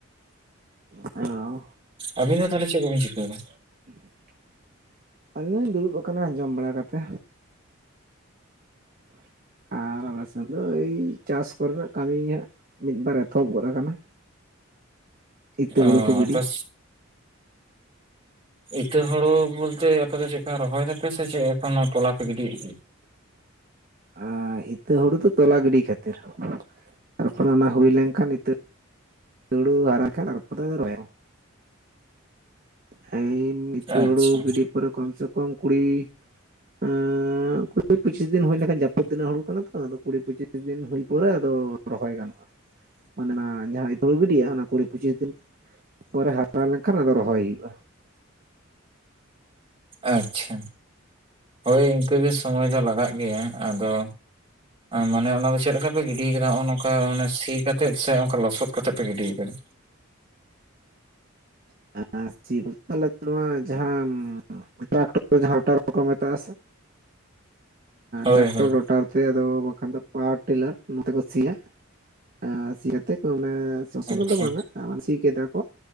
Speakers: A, on the right (about 40°); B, on the right (about 25°).
A: ᱚᱻ
B: ᱟᱵᱤᱱ ᱫᱚ ᱛᱟᱦᱚᱞᱮ ᱪᱮᱫ ᱠᱚᱵᱤᱱ ᱪᱤᱠᱟᱹᱭᱫᱟ?
A: <unintelligible> ᱟᱞᱤᱧ ᱫᱩᱲᱩᱵ ᱟᱠᱟᱱᱟ ᱟᱸᱡᱚᱢ ᱵᱟᱲᱟ ᱠᱟᱛᱮ᱾ ᱟᱨ ᱟᱞᱮ ᱥᱮᱫ ᱫᱚ ᱮᱭ ᱪᱟᱥ ᱠᱚ ᱨᱮᱱᱟᱜ ᱠᱟᱹᱢᱤ ᱜᱮ ᱦᱟᱸᱜ ᱢᱤᱫᱵᱟᱨ ᱮᱛᱚᱦᱚᱵ ᱜᱚᱫ ᱟᱠᱟᱱᱟ᱾ ᱤᱛᱟᱹ
B: ᱚ
A: ᱦᱩᱲᱩ ᱠᱚ ᱜᱤᱰᱤ᱾
B: ᱟᱯᱮ ᱤᱛᱟᱹ ᱦᱳᱲᱳ ᱵᱚᱞᱛᱮ ᱟᱯᱮ ᱫᱚ ᱪᱮᱜᱠᱟ ᱨᱚᱦᱚᱭ ᱫᱟᱯᱮ ᱥᱮ ᱪᱮᱜ ᱮᱠᱷᱚᱱ ᱦᱚᱸ ᱛᱚᱞᱟ ᱯᱮ ᱜᱤᱰᱤᱮᱫ ᱜᱮᱭᱟ?
A: ᱟᱸᱻ ᱤᱛᱟᱹ ᱦᱩᱲᱩ ᱫᱚ ᱛᱚᱞᱟ ᱜᱤᱰᱤ ᱠᱷᱟᱹᱛᱤᱨ᱾ ᱛᱟᱨᱯᱚᱨᱮ ᱚᱱᱟ ᱦᱩᱭ ᱞᱮᱱᱠᱷᱟᱱ ᱤᱛᱟᱹ ᱫᱩᱲᱩ ᱦᱟᱨᱟ <unintelligible> ᱦᱮᱢ ᱤᱛᱟᱹ
B: ᱟᱪᱪᱷᱟ
A: ᱦᱩᱲᱩ ᱜᱤᱰᱤ ᱯᱚᱨᱮ ᱠᱚᱢ ᱥᱮ ᱠᱚᱢ ᱠᱩᱲᱤ ᱟᱸᱻ ᱠᱩᱲᱤ ᱯᱩᱪᱤᱥ ᱫᱤᱱ ᱦᱩᱭ ᱞᱮᱱᱠᱷᱟᱱ ᱡᱟᱹᱯᱩᱛᱫ ᱫᱤᱱ ᱟᱜ ᱦᱩᱲᱩ ᱠᱟᱱᱟ ᱛᱚ᱾ ᱟᱫᱚ ᱠᱩᱲᱤ ᱯᱩᱪᱤᱥ ᱫᱤᱱ ᱫᱤᱱ ᱦᱩᱭ ᱯᱚᱨᱮ ᱟᱫᱚ ᱨᱚᱦᱚᱭ ᱜᱟᱱᱚᱜᱟ᱾ ᱢᱟᱫᱱᱟ ᱡᱟᱦᱟᱸᱟᱭ ᱦᱤᱛᱚᱜ ᱜᱤᱰᱤᱭᱟ ᱚᱱᱟ ᱠᱩᱲᱤ ᱯᱩᱪᱤᱥ ᱫᱤᱱ ᱯᱚᱨᱮ ᱦᱟᱨᱟ ᱞᱮᱱ ᱠᱷᱟᱱ ᱟᱫᱚ ᱫᱚ ᱨᱚᱦᱚᱭ ᱦᱩᱭᱩᱜ-ᱟ᱾
B: ᱟᱪᱪᱷᱟ᱾ ᱦᱳᱭ ᱤᱱᱠᱟᱹ ᱜᱮ ᱥᱚᱢᱚᱭ ᱫᱚ ᱞᱟᱜᱟᱜ ᱜᱮᱭᱟ᱾ ᱟᱫᱚ ᱢᱟᱱᱮ ᱚᱱᱟ ᱫᱚ ᱪᱮᱫ ᱞᱮᱠᱟ ᱯᱮ ᱜᱤᱰᱤ ᱠᱟᱫᱟ ᱱᱚᱜ-ᱚ ᱱᱚᱝᱠᱟ ᱢᱟᱱᱮ ᱥᱤ ᱠᱟᱛᱮᱜ ᱥᱮ ᱚᱱᱠᱟ ᱞᱚᱥᱚᱫ ᱠᱟᱛᱮᱜ ᱯᱮ ᱜᱤᱰᱤ ᱠᱟᱫᱟ᱾
A: <inaudible> ᱱᱚᱣᱟ ᱡᱟᱦᱟᱸᱢ <inaudible> ᱨᱚᱴᱟᱨ ᱵᱟᱠᱚ ᱢᱮᱛᱟᱜ-ᱟ ᱥᱮ
B: ᱦᱳᱭ
A: ᱴᱨᱟᱠᱴᱚᱨ
B: ᱦᱳᱭ
A: ᱨᱚᱴᱟᱨ᱾ ᱛᱮ ᱟᱫᱚ ᱵᱟᱠᱷᱟᱱ ᱫᱚ ᱯᱟᱣᱟᱨ ᱴᱤᱞᱟᱨ ᱱᱚᱣᱟ ᱛᱮ ᱠᱚ ᱥᱤᱭᱟ᱾ ᱮ ᱥᱤ ᱠᱟᱛᱮᱫ ᱠᱚ ᱢᱟᱱᱮ ᱥᱚᱥᱚᱝ
B: ᱟᱪᱪᱷᱟ
A: ᱫᱚ ᱵᱟᱝᱟ ᱟᱨ ᱥᱤ ᱠᱮᱫᱟ ᱠᱚ᱾